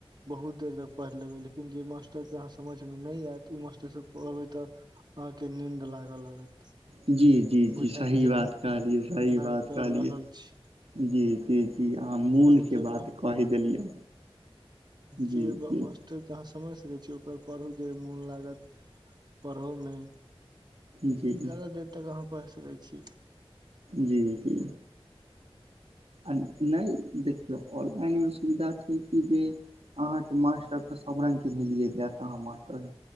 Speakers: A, on the right; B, on the right.
A: बहुत देर तक पइड़ लेबै लेकिन जे मास्टरके आहाँ के समझ मे ने एत ओ मास्टर सँ पढ़बै तऽ। आहाँके नींन्द लागऽ लागत।
B: जी, जी,
A: बुझायत
B: जी सही
A: जे हम
B: बात कहलियै सही
A: नहि
B: बात
A: पढ़
B: कहलियै।
A: रहल छी
B: जी, जी, जी आहाँ मोनके
A: तऽ जे
B: बात कैह देलियै।
A: जेबा
B: जी जी
A: मस्त तब तऽ आहाँ समैझ सकै छीयै ओकर पढ़ू जे मोन लागत पढ़ऽमे।
B: जी
A: ज्यादा देर तक आहाँ पैढ़ सकै छी।
B: जी, जी आ नै देखियौ ऑनलाइनमे सुविधा छै कि जे। अहाँके मास्टर तऽ सब रंगके मिलियए जेएत आहाँ मास्टर